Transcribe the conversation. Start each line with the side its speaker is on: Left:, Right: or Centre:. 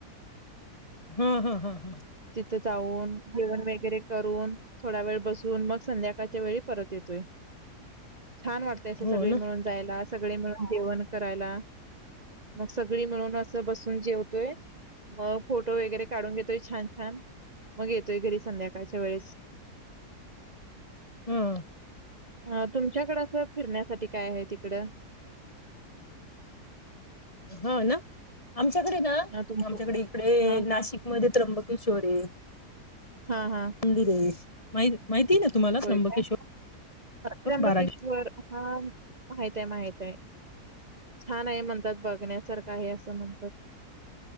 Left: हम्म ह ह ह.
Right: तिथ जाऊन जेवण वगैरे करून थोडा वेळ बसून मग संध्याकाळच्या वेळी परत येतोय, छान वाटतंय अस
Left: हो
Right: सगळी
Left: ना
Right: मिळून जायला सगळे मिळून जेवण करायला. मग सगळी मिळून असं बसून जेवतोय. मग फोटो वगैरे काढून घेतोय छान छान मग येतोय घरी संध्याकाळच्या वेळेस.
Left: हम्म.
Right: ह तुमच्याकडें असं फिरण्यासाठी काय आहे तिकड?
Left: हा ना आमच्याकडे ना
Right: अ, तुमचं
Left: आमच्याकडे इकडे
Right: हां,
Left: नाशिकमध्ये त्र्यंबकेश्वरय.
Right: हा हा.
Left: मंदिर आहे माहि माहिती ना. तुम्हाला
Right: होय
Left: त्र्यंबकेश्वर
Right: काय, त्र्यंबकेश्वर
Left: बाराजी
Right: हा माहितय माहितय. छान आहे म्हणतात, बघण्यासारखं आहे, असं म्हणतात.